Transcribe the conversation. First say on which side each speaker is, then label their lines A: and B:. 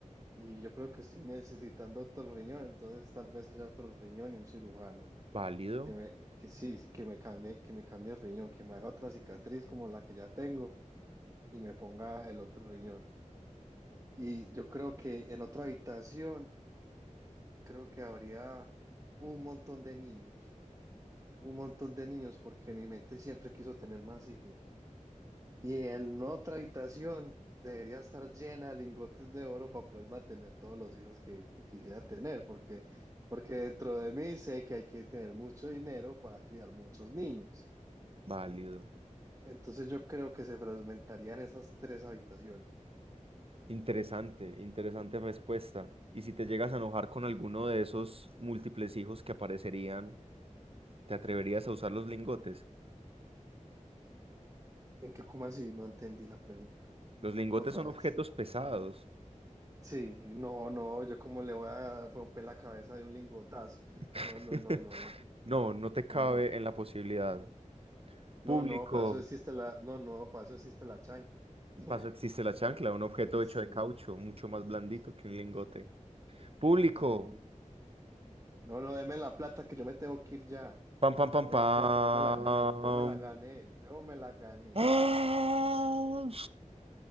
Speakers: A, on the right; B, on the right.
A: y yo creo que estoy necesitando otro riñón, entonces tal vez haya otro riñón y un cirujano
B: Válido,
A: que me, que sí, sí, que me cambie, que me cambie el riñón, que me haga otra cicatriz como la que ya tengo y me ponga el otro riñón. Y yo creo que en otra habitación creo que habría un montón de niños, un montón de niños porque mi mente siempre quiso tener más hijos. Y en otra habitación debería estar llena de lingotes de oro para poder mantener todos los hijos que, que quisiera tener, porque, porque dentro de mí sé que hay que tener mucho dinero para criar muchos niños.
B: válido.
A: Entonces yo creo que se fragmentarían esas tres habitaciones.
B: Interesante, interesante respuesta. Y si te llegas a enojar con alguno de esos múltiples hijos que aparecerían, ¿te atreverías a usar los lingotes?
A: ¿En qué, cómo así? No entendí la pregunta.
B: Los lingotes
A: Otra
B: son
A: vez.
B: objetos pesados.
A: Sí, no, no, yo como le voy a romper la cabeza de un lingotazo.
B: <laughs>
A: No, no, no, no,
B: No, no te cabe
A: no, no.
B: en la posibilidad.
A: No,
B: Público,
A: no, para eso existe la, no, no, para eso existe la chancla. <laughs>
B: paso existe la chancla, un objeto
A: Sí.
B: hecho de caucho, mucho más blandito
A: Sí,
B: que un lingote.
A: sí,
B: Público,
A: sí. No, no, deme la plata que yo me tengo que ir ya.
B: pam, pam, pam,
A: Deme
B: pam.
A: la plata, yo me la gané, yo me la gané, yo me la gané.
B: ¡Ah!